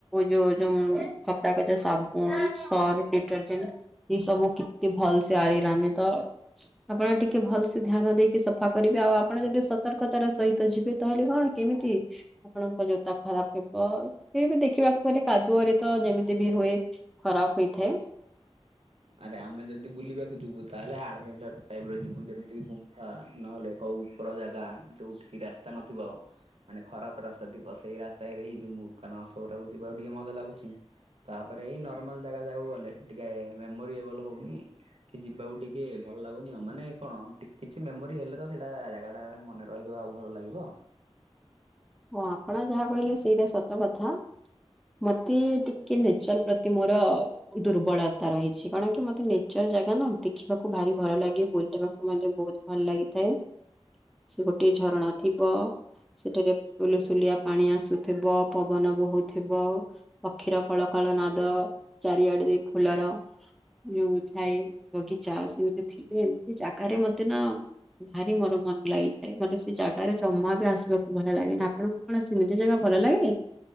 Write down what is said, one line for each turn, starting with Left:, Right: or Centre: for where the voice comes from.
Centre: ଯୋଉ ଯୋଉ କପଡ଼ା କଚା ସାବୁନ୍, ସର୍ଫ ଡିଟରଜେଣ୍ଟ୍ ଏ ସବୁ କେ ଏ ଭଲସେ ଆରିଲାନି ତ। ଆପଣ ଟିକେ ଭଲ୍ ସେ ଧ୍ୟାନ ଦେଇକି ସଫା କରିବେ ଆଉ ଆପଣ ଯଦି ସତର୍କତାର ସହିତ ଯିବେ ତାହେଲେ କଣ କିମିତି? ଆପଣଙ୍କ ଜୋତା ଖରାପ ହେବ ଇଏ ବି ଦେଖିବାକୁ ଗଲେ କାଦୁଅରେ ତ ଯେମିତି ବି ହୁଏ ଖରାପ ହୋଇଥାଏ।
Right: ଆରେ ଆମେ ଯଦି ବୁଲିବାକୁ ଯିବୁ ତାହେଲେ ଆଡଭେନ୍ଚର୍ ଟାଇପ ର ଯିବୁ ଯେମିତିକି ଗୁମ୍ଫା ନହେଲେ ଆଉ ଉପର ଜାଗା ଯୋଉଠିକି ରାସ୍ତା ନଥିବ ମାନେ ଖରାପ ରାସ୍ତା ଥିବ ସେଇ ରାସ୍ତା ହିଁ ରେ ଯଉ କାରଣ ସବୁଟାକୁ ଯିବା ଆଉ ଟିକେ ମଜା ଲାଗୁଚି ତାପରେ ଏଇ ନର୍ମାଲ ଜାଗା ଜାଗାକୁ ଗଲେ ଟିକେ ମେମୋରି ଏଭଲ ହଉନି। କି ଯିବାକୁ ଟିକେ ଭଲ ଲାଗୁନି ମାନେ କଣ ଟିକେ କିଛି ମେମୋରି ହେଲେ ତ ସେଇଟା ଜାଗା ଟା ମନେ ରହିବା କୁ ଭଲ୍ ଲାଗିବ।
Centre: ଓ ଆପଣ ଯାହା କହିଲେ ସେଟା ସତ କଥା ମତେ ଟିକେ ନେଚର୍ ପ୍ରତି ମୋର ଦୁର୍ବଳତା ରହିଛି କଣ କି ମତେ ନେଚର୍ ଜାଗା ନା ଦେଖିବାକୁ ଭାରି ଭୟ ଲାଗେ ବୁଲିବାକୁ ମତେ ବହୁତ ଭଲ ଲାଗିଥାଏ ସେ ଗୋଟେ ଝରଣା ଥିବ ସେଠିରେ ସୁଲୁସୁଲିଆ ପାଣି ଆସୁଥିବ ପବନ ବୋହୁଥିବ। ପକ୍ଷୀର କଳ କଳ ନାଦ ଚାରିଆଡେ ଦ ଫୁଲର ଯୋଉଠାଏ ବଗିଚା ସେମିତି ଥିଲେ ଏମତି ଚାି ଆକାରେ ମତେ ନା ଭାରି ମୋର ମନ ଲାଗିଥାଏ ମତେ ସେ ଜାଗାରେ ଜମା ବି ଆସିବାକୁ ଭଲ ଲାଗେ ନା ଆପଣଙ୍କୁ କଣ ସେମିତି ଜାଗା ଭଲ ଲାଗେ।